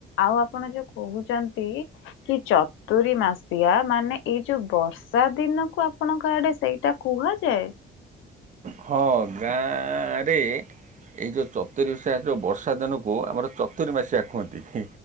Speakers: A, on the left (about 80°); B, on the right (about 40°).
A: ଆଉ ଆପଣ ଯୋଉ କହୁଛନ୍ତି। କି ଚତୁୁରୀ ମାସିଆ ମାନେ ଏଇ ଯୋଉ ବର୍ଷା ଦିନକୁ ଆପଣଙ୍କ ଆଡେ ସେଇଟା। କୁହାଯାଏ।
B: ହଁ ଗାଁରେ ଏ ଯୋଉ ଚ ଚତୁରି ସା ଯୋଉ ବର୍ଷା ଦିନକୁ ଆମର ଚତୁରି ମାସିଆ କୁହନ୍ତି ହିଁ।